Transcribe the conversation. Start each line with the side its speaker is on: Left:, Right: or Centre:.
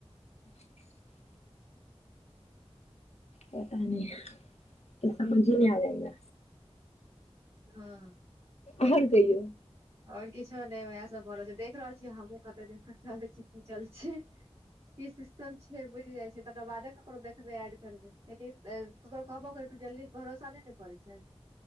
Left: ह पता नय किछ समझे नय आबैया हमरा
Right: हँ
Left: आर कहियौ
Right: आओर किछो नय उएह सभ भऽ रहल छै देख रहल छियै हमहूँ कते दिन तक चलै छी की चलै छी की सिस्टम छै‌ बुझि जाइ छै तकर बादे ककरो देखबै एड करबै कियाकी ककरो कहबो करबै त जल्दी भरोसा नय न करै छै